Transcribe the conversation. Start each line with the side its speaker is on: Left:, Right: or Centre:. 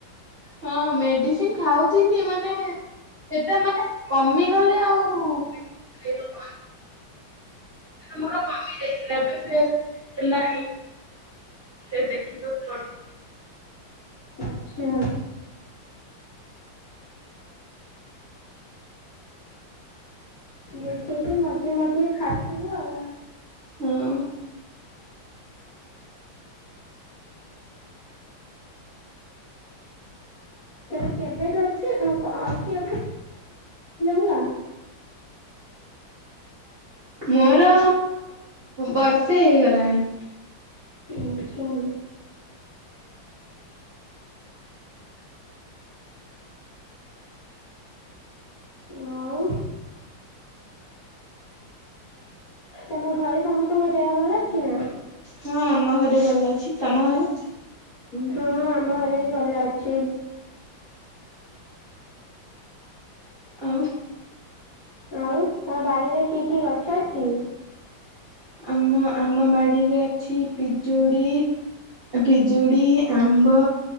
Right: ହଁ ମେଡିସିନ ଖାଉଥିଲି। ମାନେ ସେଟା। କମିଗଲେ ଆଉ ମେଡ଼ିସିନ୍। ମୋର କମି ଯାଇଥିଲା। ଏବେ ଫେର୍ ହେଲାଣି। ସେ ଦେଖିବାକୁ ପଡିବ।
Left: ଆଛା। ଦେଖେଇକି ମଝି ମଝିରେ ଖାଇ ଦବୁ ଆଉ।
Right: ହଁ।
Left: ତୋର କେବେଠୁ ଅଛି? ଅଛି <unintelligible> ନା।
Right: ମୋର ବର୍ଷେ ହେଇଗଲାଣି।
Left: ବର୍ଷେ ହବ। ଆଉ। ତମ ଘରେ ସମସ୍ତଙ୍କ ଦେହ ଭଲ ଅଛି ନା?
Right: ହଁ ଆମ ଘରେ ଭଲ ଅଛି। ତମ ଘରେ?
Left: ହଁ ଆମ ଘରେ ଭଲ ଅଛି।
Right: ଆଉ।
Left: ଆଉ ତମ ବାଡିରେ କି କି ଗଛ ଅଛି?
Right: ଆମ ଆମ ବାଡ଼ିରେ ଅଛି ପିଜୁଳି। ପିଜୁଡ଼ି, ଆମ୍ବ।